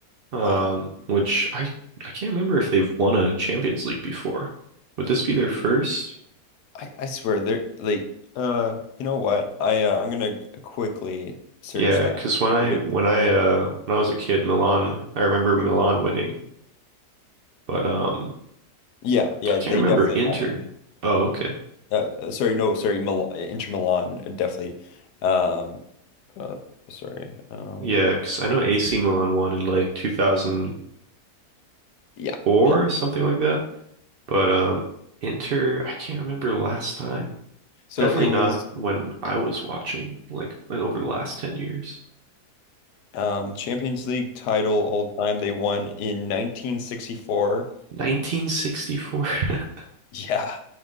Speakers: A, on the right; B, on the left.
A: Um,
B: Wow.
A: which I I can't remember if they've won a Champions League before. Would this be their first?
B: I, I swear they're like uh you know what? I uh, I'm gonna quickly search
A: Yeah,
B: that
A: cause
B: up
A: when I
B: because
A: when I uh when I was a kid, Milan, I remember Milan winning, but um
B: yeah, yeah,
A: I can't
B: they
A: remember
B: definitely
A: Inter.
B: won.
A: Oh, okay.
B: Uh, uh, sorry, no, sorry, Mil Inter Milan uh, definitely. Um, uh, sorry. Um,
A: yeah, cause I know AC Milan won in like 2004
B: yeah,
A: or
B: yeah.
A: something like that. But um Inter, I can't remember last time.
B: So
A: Definitely
B: it was
A: not when I was watching like like over the last 10 years.
B: um Champions League title all time. They won in 1964.
A: 1964. <laughs>
B: Yeah,